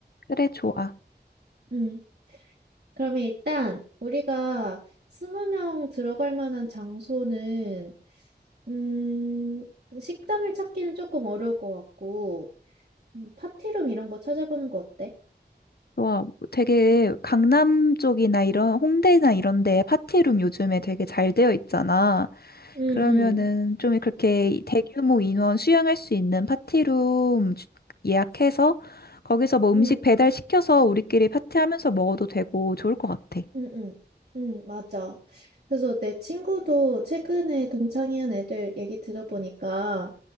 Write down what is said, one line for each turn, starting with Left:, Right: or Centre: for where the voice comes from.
Left: 그래, 좋아.
Right: 음, 그러면 일단 우리가 20명 들어갈 만한 장소는 음, 그 식당을 찾기는 조금 어려울 것 같고, 음, 파티룸 이런 거 찾아보는 거 어때?
Left: 와, 되게 강남 쪽이나 이런 홍대나 이런 데 파티룸 요즘에 되게 잘 되어 있잖아.
Right: 응,
Left: 그러면은
Right: 응,
Left: 좀 그렇게 대규모 인원 수용할 수 있는 파티룸 주- 예약해서 거기서 뭐 음식
Right: 응,
Left: 배달 시켜서 우리끼리 파티하면서 먹어도 되고 좋을 것 같아.
Right: 응, 응, 응, 맞아. 그래서 내 친구도 최근에 동창회한 애들 얘기 들어보니까,